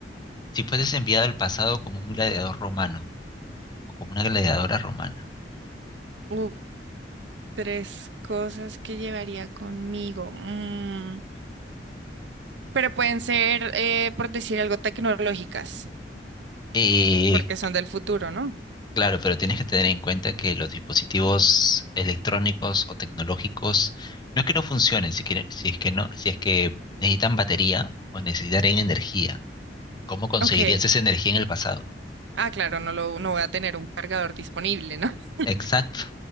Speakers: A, on the left; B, on the right.
A: si fueses enviado al pasado como un gladiador romano o como una gladiadora romana?
B: Uf, tres cosas que llevaría conmigo. Mm, pero pueden ser, eh, por decir algo, tecnológicas,
A: Eh,
B: porque son del futuro, ¿no?
A: Claro, pero tienes que tener en cuenta que los dispositivos electrónicos o tecnológicos no es que no funcionen, si quiere- si es que no, si es que necesitan batería o necesitarán energía. ¿Cómo conseguirías
B: Ok.
A: esa energía en el pasado?
B: Ah, claro, no lo, no voy a tener un cargador disponible, ¿no? <laughs>
A: Exacto.